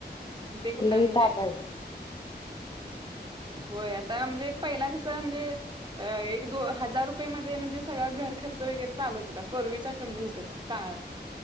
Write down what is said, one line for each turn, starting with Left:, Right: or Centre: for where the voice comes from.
Right: ते कुठं
Left: लई
Right: म्हणजे
Left: ताप आहे
Right: होय आता म्हणजे पहिला कस म्हणजे एक दोन हजार रुपये मध्ये म्हणजे सगळा घर खर्च वगैरे चालत होता प परवीच्या कमजे ह्याच्यात का